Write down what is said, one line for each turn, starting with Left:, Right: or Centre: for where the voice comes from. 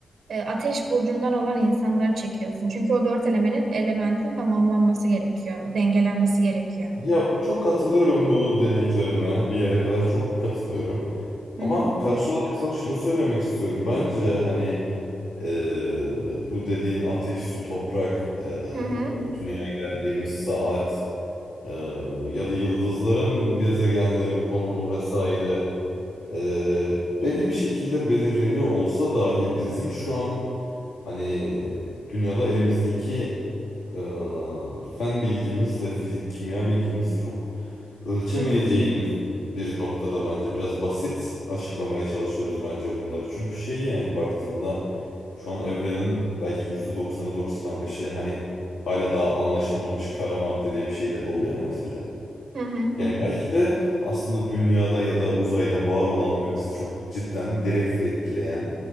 Right: e, ateş burcundan olan insanları çekiyorsun. Çünkü o dört elemenin elementin tamamlanması gerekiyor, dengelenmesi gerekiyor.
Left: Ya çok katılıyorum bu dediklerine. Bir yere kadar çok katılıyorum. Ama
Right: Hı hı.
Left: karşı olarak sana şunu söylemek istiyorum. Bence hani Ee, bu dediğin ateş, su, toprak, ee,
Right: Hı hı.
Left: dünyaya geldiğimiz saat ee, ya da yıldızların, gezegenlerin konumu vesaire ee, belli bir şekilde belirleniyor olsa dahi bizim şu an hani dünyada elimizdeki ee, fen bilgimizle, fizik, kimya bilgimizle çok ölçemeyeceğimiz
Right: Hı hı.
Left: bir noktada bence biraz basit açıklamaya çalışıyoruz bence bunları. Çünkü şey yani baktığında şu an evrenin belki %90'ı 95'i hani hala daha anlaşılmamış kara madde diye bir şeyle dolu ya mesela.
Right: Hı hı.
Left: Yani belki de aslında dünyada ya da uzayda var olan ve bizi çok cidden direkt etkileyen